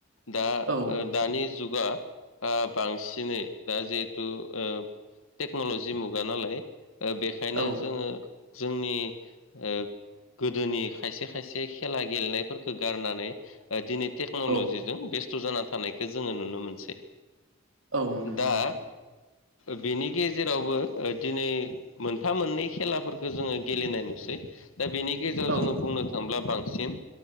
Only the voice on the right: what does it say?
औ
नोंथां
औ
औ
औ नंगौ
नोंथां
औ